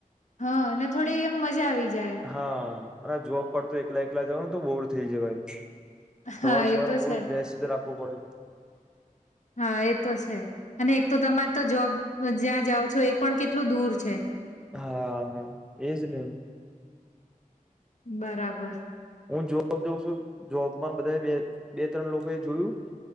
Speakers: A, on the left; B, in the centre.
A: હા અને થોડી એમ મજા આવી જાય
B: હા જોબ પર જવાનું તો બોર થઈ જવાય
A: હા
B: સવાર સવાર
A: એ તો
B: મૂડ
A: છે
B: ફ્રેશ રાખવુ પડે.
A: હા એ તો છે અને એક તો તમારે તો જોબ જ્યાં જાઓ છો એ પણ કેટલું દૂર છે.
B: હા હા એજ ને
A: બરાબર.
B: હું જોબ જોઉં છું જોબમાં બધા બે બે ત્રણ લોકો એ જોયું